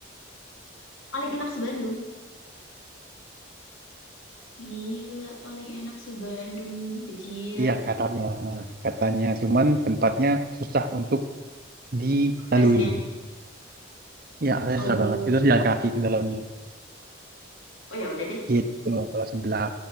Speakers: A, on the left; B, on the right.
A: Paling enak se-Bandung. Gila, paling enak se-Bandung, Bejir,
B: iya katanya katanya cuman tempatnya susah untuk dilalui
A: aksesnya.
B: iya katanya
A: Oh,
B: susah banget itu harus jalan kaki ke dalamnya
A: oh ya udah deh.
B: gitu kalau sebelah